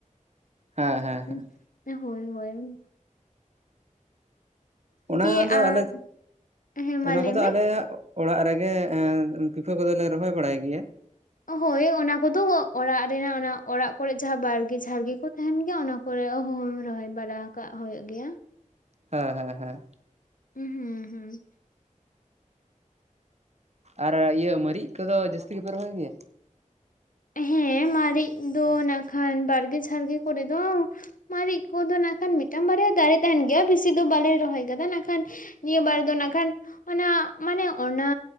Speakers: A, on the right (about 55°); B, on the left (about 85°).
A: ᱦᱮᱸ ᱦᱮᱸ
B: ᱦᱩᱸ,
A: ᱦᱮᱸ
B: ᱦᱳᱭ ᱦᱳᱭ
A: ᱚᱱᱟ
B: ᱫᱤᱭᱮ
A: ᱫᱚ
B: ᱟᱸ
A: ᱟᱞᱮ
B: ᱦᱮᱸ ᱢᱟ
A: ᱚᱱᱟ
B: ᱞᱟᱹᱭ
A: ᱠᱚᱫᱚ
B: ᱢᱮ
A: ᱟᱞᱮᱭᱟᱜ ᱚᱲᱟᱜ ᱨᱮᱜᱮ ᱯᱤᱯᱷᱟᱹ ᱠᱚᱫᱚ ᱞᱮ ᱨᱚᱦᱚᱭ ᱵᱟᱲᱟᱭ ᱜᱮᱭᱟ
B: ᱦᱳᱭ ᱚᱱᱟ ᱠᱚᱫᱚ ᱚᱲᱟᱜ ᱨᱮᱱᱟᱜ ᱚᱱᱟ ᱚᱲᱟᱜ ᱠᱚᱨᱮ ᱡᱟᱦᱟᱸ ᱵᱟᱲᱜᱮ ᱡᱷᱟᱲᱜᱮ ᱠᱚ ᱛᱟᱦᱮᱱ ᱜᱮᱭᱟ ᱚᱱᱟ ᱠᱚ ᱠᱚᱨᱮ ᱦᱩᱢ ᱨᱚᱦᱚᱭ ᱵᱟᱲᱟ ᱠᱟᱜ ᱦᱩᱭᱩᱜ ᱜᱮᱭᱟ᱾
A: ᱦᱮᱸ ᱦᱮᱸ ᱦᱮᱸ
B: ᱦᱩᱸ ᱦᱩᱸ ᱦᱩᱸ
A: ᱟᱨ ᱤᱭᱟᱹ ᱢᱟᱹᱨᱤᱪ ᱠᱚᱫᱚ ᱡᱟᱹᱥᱛᱤ ᱜᱮᱯᱮ ᱨᱚᱦᱚᱭ ᱜᱮᱭᱟ
B: ᱦᱮᱸ ᱢᱟᱨᱤᱪ ᱫᱚ ᱱᱟᱜ ᱠᱷᱟᱱ ᱵᱟᱲᱜᱮ ᱡᱷᱟᱲᱜᱮ ᱠᱚᱨᱮ ᱫᱚ ᱢᱟᱨᱤᱪ ᱠᱚᱫᱚ ᱱᱟᱜ ᱠᱷᱟᱱ ᱢᱤᱫᱴᱟᱝ ᱵᱟᱨᱭᱟ ᱫᱟᱨᱮ ᱛᱟᱦᱮᱱ ᱜᱮᱭᱟ ᱵᱮᱥᱤ ᱫᱚ ᱵᱟᱞᱮ ᱨᱚᱦᱚᱭ ᱟᱠᱟᱫᱟ ᱱᱟᱜ ᱠᱷᱟᱱ ᱱᱤᱭᱟᱹ ᱵᱟᱨ ᱫᱚ ᱱᱟᱜ ᱠᱷᱟᱱ ᱚᱱᱟ ᱢᱟᱱᱮ ᱚᱱᱟ